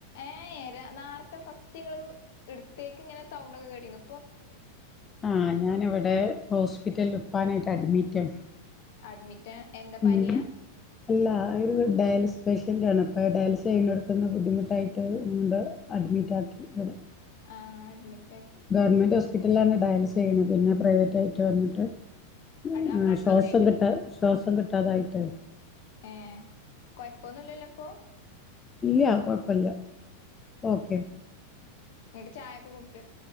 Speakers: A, on the left (about 55°); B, on the left (about 20°).
A: ഏ ഏ നാർത്തെ ഫസ്റ്റ് ങ്ങള് ഇടുത്തേക്ക് ഇങ്ങനെ സൗണ്ടൊക്കെ കേട്ടീന്നു
B: ആ ഞാനിവിടെ ഹോസ്പിറ്റല് ഉപ്പാനായിട്ട് അഡ്മിറ്റാണ്.
A: അഡ്മിറ്റ് എന്താ
B: ഉ
A: പനിയാ
B: അല്ല ഒരു ഡയാലിസ് പേഷ്യൻറ ആണ് അപ്പ ഡയാലിസെയ്യനോട്ത്തിന്ന് ബുദ്ധിമുട്ടായ്ട്ട് ഇങ്ഡ് അഡ്മിറ്റാക്കി ഇവടെ
A: ആഹ അഡ്മിറ്റ് ആക്കി
B: ഗവൺമെന്റ് ഹോസ്പിറ്റലിലാണ് ഡയാലിസെയ്യണത് പിന്നെ പ്രൈവറ്റ് ആയിട്ട് വന്നിട്ട് ഉ
A: അവിടെ അഡ്മിറ്റ്
B: ശ്വാസം കിട്ടാ ശ്വാസം കിട്ടാതായിട്ടേ
A: ഏേ കൊയപ്പൊന്നുല്ലല്ലോ ഇപ്പൊ.
B: ഇല്ല കൊഴപ്പല്ല ഓക്കേ.
A: എട്ട് ചായൊക്കെ കുടിച്